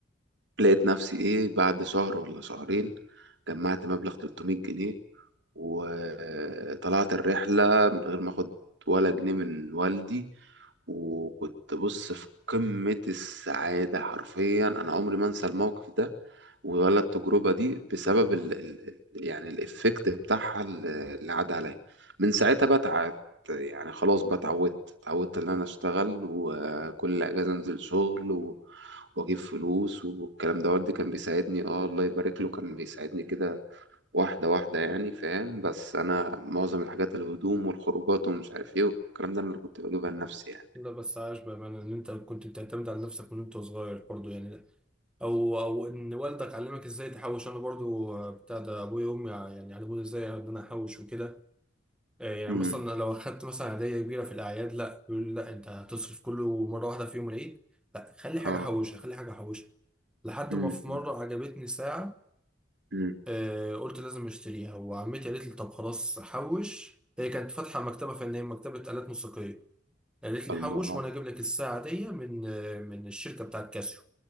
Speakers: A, on the right (about 70°); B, in the centre.
A: لقيت نفسي ايه بعد شهر ولا شهرين جمعت مبلغ 300 جنيه وطلعت الرحلة من غير ما اخد ولا جنيه من والدي وكنت بص في قمة السعادة حرفيا انا عمري ما انسى الموقف ده ولا التجربة دي بسبب ال ال يعني الإفكت بتاعها اللي عدى عليا من ساعتها بقى اتعب يعني خلاص بقى اتعودت اتعودت إن أنا أشتغل وكل أجازة أنزل شغل واجيب فلوس والكلام ده والدي كان بيساعدني اه الله يبارك له كان بيساعدني كده واحدة واحدة يعني فاهم بس أنا معظم الحاجات الهدوم والخروجات ومش عارف ايه والكلام ده أنا اللي كنت بجيبها لنفسي يعني
B: لا بس عاش بامانه ان انت كنت بتعتمد على نفسك من وانت صغير برضو يعني او او ان والدك علمك ازاي تحوش انا برضو آه، بتاع ده ابويا وامي ع- يعني علموني ازاي ان انا احوش وكده آه، يعني
A: امم
B: مثلا لو اخدت مثلا هديه كبيره في الاعياد لا يقول لي لا انت هتصرف كله مره واحده في يوم العيد لا خلي حاجه
A: اه
B: احوشها خلي حاجه احوشها لحد
A: امم
B: ما في
A: امم
B: مره عجبتني ساعه
A: أمم.
B: آه، قلت لازم اشتريها وعمتي قالت لي طب خلاص حوش هي كانت فاتحه مكتبه فنيه مكتبه آلات موسيقيه قالت لي
A: الله
B: حوش
A: آه.
B: وانا اجيب لك الساعه دي من آه، من الشركه بتاعت كاسيو